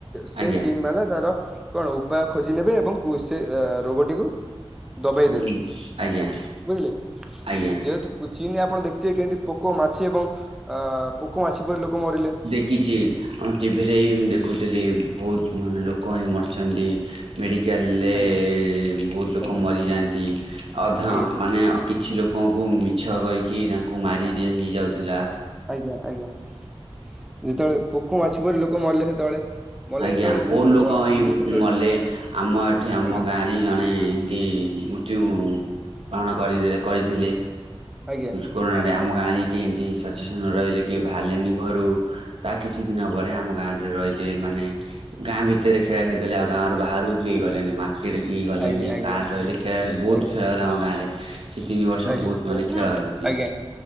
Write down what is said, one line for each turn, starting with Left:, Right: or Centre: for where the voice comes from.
Centre: ସେ
Right: ଆଜ୍ଞା
Centre: ଚୀନ ବାଲା ତାର କଣ ଉପାୟ ଖୋଜି ନେବେ ଏବଂ କୁ ସେ ରୋଗଟିକୁ ଦବେଇ
Right: ଉଁ,
Centre: ଦେବେ
Right: ଆଜ୍ଞା
Centre: ବୁଝିଲେ
Right: ଆଜ୍ଞା
Centre: ଯେହେତୁ ଚୀନ୍ ରେ ଆପଣ ଦେଖିଥିବେ କେମିତି ପୋକ ମାଛି ଏବଂ ଅ ପୋକ ମାଛି ପରି ଲୋକ ମରିଲେ।
Right: କିଛି ଆମ ଟିଭିରେ ହି ମୁଁ ଦେଖୁଥିଲି ବୋହୁତ୍ ମାନେ ଲୋକ ମାନେ ମରିଛନ୍ତି। ମେଡ଼ିକାଲ୍ ରେ
Centre: ଆଜ୍ଞା
Right: ବୋହୁତ୍ ଲୋକ
Centre: ଆଜ୍ଞା
Right: ମରିଯାଆନ୍ତି ଅଧା
Centre: ଆଜ୍ଞା
Right: ମାନେ କିଛି ଲୋକଙ୍କୁ ମିଛ କହିକି ତାଙ୍କୁ ମାରିଦିଆ ହେଇଯାଉଥିଲା।
Centre: ଆଜ୍ଞା ଆଜ୍ଞା ଯେତେବେଳେ ପୋକ ମାଛ ପରି ଲୋକ ମରିଲେ ସେତେବେଳେ ମଲେ
Right: ଆଜ୍ଞା
Centre: ଯେତେବେଳେ
Right: ବହୁତ
Centre: ମୁଁ ଭାବ
Right: ଲୋକ ହିଁ
Centre: ମୁଁ ସେତେବେଳେ
Right: ମଲେ ଆମ ଏଠି ଆମ
Centre: ଆଜ୍ଞା
Right: ଗାଁରେ ହିଁ ଜଣେ ସେ ମୃତ୍ୟୁ ପ୍ରାଣ କରି କରିଥିଲେ।
Centre: ଆଜ୍ଞା
Right: କରୋନାରେ ଆମ ଗାଁରେ କେ ଏମିତି ସବୁ ସଚେତନ ରହିଲେ କି ବାହାରିଲେନି ଘରୁ। ତା କିଛି ଦିନ ପରେ ଆମ ଗାଁ ରେ ରହି ଯେ ମାନେ ଗାଁ ଭିତରେ ଖେଳା ଖେଳି କଲେ ଆଉ ଗାଁରୁ ବାହାରକୁ କେହି ଗଲେନି ମା କେହି ଗଲେନି
Centre: ଆଜ୍ଞା ଆଜ୍ଞା
Right: ଗାଁରେ ରହିଲେ ଖେଳ ହେଲେ ବହୁତ
Centre: ଆଜ୍ଞା
Right: ଖେଳ ହେଲା ଆମ ଗାଁରେ। ସେ ତିନି ବର୍ଷ
Centre: ଆଜ୍ଞା
Right: ବୋହୁତ୍ ମାନେ ଖେଳ ହୋଇଛି
Centre: ଆଜ୍ଞା